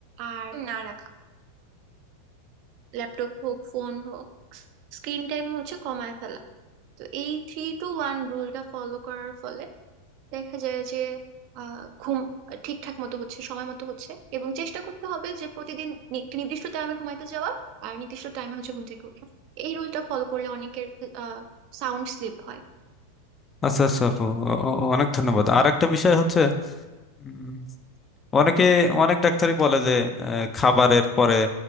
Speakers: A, on the right; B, on the left.
A: আর না রাখা ল্যাপটপ হোক ফোন হোক স্ক্রিন টাইম হচ্ছে কমায় ফেলা তো এই থ্রি টু ওয়ান রুলটা ফলো করার ফলে দেখা যায় যে আহ, ঘুম ঠিকঠাক মতো হচ্ছে সময় মতো হচ্ছে এবং চেষ্টা করতে হবে যে প্রতিদিন নি- একটি নির্দিষ্ট টাইমে ঘুমাইতে যাওয়া আর নির্দিষ্ট টাইমে হচ্ছে ঘুম থেকে ওঠা এই রুলটা ফলো করলে অনেকের সাউন্ড স্লিপ হয়
B: আচ্ছা আচ্ছা আপু অ- অ- অনেক ধন্যবাদ আর একটা বিষয় হচ্ছে উম, অনেকে অনেক ডাক্তারই বলে যে আহ, খাবারের পরে